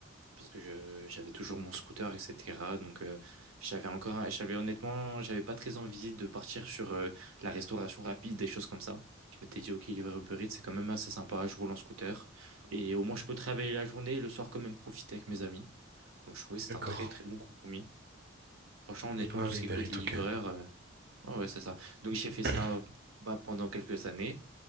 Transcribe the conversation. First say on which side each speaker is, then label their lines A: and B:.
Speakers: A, on the right; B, on the right.
A: parce que je, j'avais toujours mon scooter, etc. Donc, euh, j'avais encore, un- j'avais honnêtement, j'avais pas très envie de partir sur euh, la restauration rapide, des choses comme ça. Je m'étais dit, ok, livrer Uber Eats, c'est quand même assez sympa, je roule en scooter. Et au moins, je peux travailler la journée et le soir quand même profiter avec mes amis. Donc, je trouvais que c'était
B: D'accord.
A: un très, très bon compromis. Franchement, honnêtement,
B: Libre,
A: tout
B: oui,
A: ce qui
B: Uber
A: est côté
B: Eats,
A: livreur,
B: ok.
A: euh, ouais, ouais, c'est ça. Donc, j'ai fait ça
B: <clears throat>
A: bah, pendant quelques années.